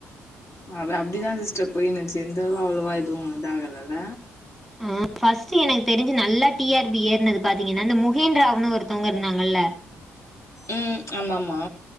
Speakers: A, on the left (about 50°); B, in the centre.
A: அது அப்டிதா சிஸ்டர் போய்னுச்சு எந்த இதுவு அவ்ளோவா எதுவு இத ஆகலல
B: உம் ஃபஸ்ட்டு எனக்கு தெரிஞ்சு நல்லா டி ஆர் பி ஏற்னது பாத்தீங்கனா இந்த முகேன்ராவுனு ஒருத்தவ்ங்க இருந்தாங்கல்ல
A: உம் ஆமாம்மா